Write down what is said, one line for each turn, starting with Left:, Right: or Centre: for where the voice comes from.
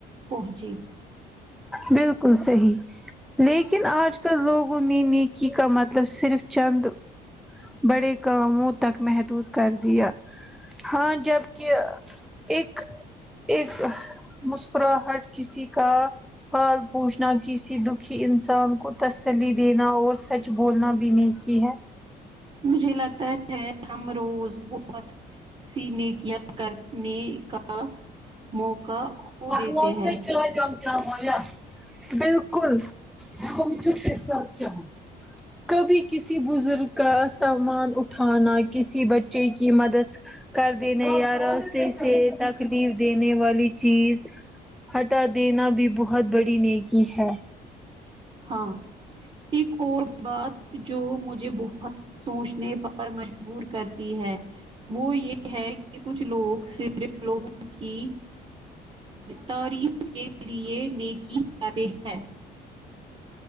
Right: پہنچے
Centre: بال کل صحیح لیکن آج کل لوگوں نے نیکی کا مطلب صرف چند بڑے کاموں تک محدود کر دیا ہاں جب کہ ایک ایک مسکراہٹ کسی کا حال پوچھنا کسی دکھی انسان کو تسلی دینا اور سچ کچھ بولنا بھی نیکی ہے
Right: مجھے لگتا ہے ہم روز بہت سینے کیا کرنے کا موقع کھو
Centre: مق
Right: دیتے
Centre: مل
Right: ہیں
Centre: تو ہی چلا جن <unintelligible> بالکل ہمم کے پصر کبھی کسی بزرگ کا سامان اٹھانا کسی بچے کی مدد کر دی نہیں یارستے سے تاکہ دینے والی چیز ہٹا دینا بھی بہت بڑی نیکی ہے
Right: ہاں ایک اور بات جو مجھے بہت سوچنے پر مجبور کرتی ہے وہ یہ ہے کہ کچھ لوگ صرف لوگوں کی ترین کے لئے نیکی کراتے ہیں